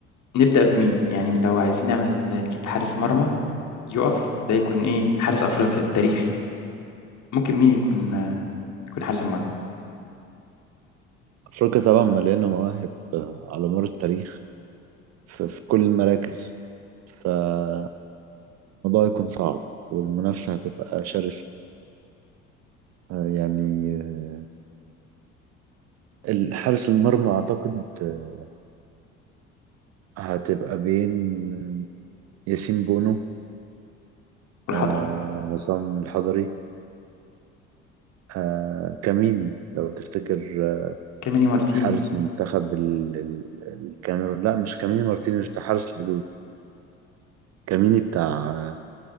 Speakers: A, on the left; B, on the right.
A: نبدأ بمين يعني لو عايزين نعمل نجيب حارس مرمى يقف ده يكون إيه حارس أفريقيا التاريخي ممكن مين يكون آه، يكون حارس المرمى
B: افريقيا طبعا مليانه مواهب آه، على مر التاريخ ف- في كل المراكز فالموضوع يكون صعب والمنافسه هتبقى شرسه آه، يعني آه، ال- حارس المرمى اعتقد آه، هتبقى بين ياسين بونو
A: والحضري
B: آه، عصام الحضري آه، كاميني لو تفتكر آه،
A: كاميني مارتيني
B: حارس منتخب ال- ال- الكاميرون لا مش كاميني مارتينيز بتاع حارس الحدود كاميني بتاع آه،